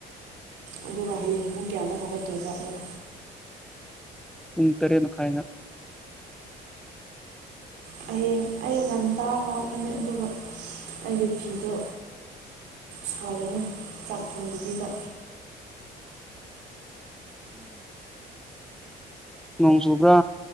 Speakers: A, on the right (about 80°); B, in the centre.
A: ꯑꯗꯨꯒ ꯍꯌꯦꯡ ꯄꯨꯡ ꯀꯌꯥꯗ ꯍꯧꯒꯠꯇꯣꯏꯕ ꯑꯃꯨꯛ
B: ꯄꯨꯡ ꯇꯔꯦꯠꯃꯈꯥꯏꯗ
A: ꯍꯌꯦꯡ ꯑꯩ ꯉꯟ ꯇꯥ ꯍꯧꯒꯠꯀꯅꯤ ꯑꯗꯨꯒ ꯑꯩꯒꯤ ꯐꯤꯗꯣ ꯁꯥꯒꯅꯤ ꯆꯥꯛ ꯊꯣꯡꯕꯒꯤꯗ
B: <inaudible> ꯅꯣꯡ ꯆꯨꯕ꯭ꯔꯥ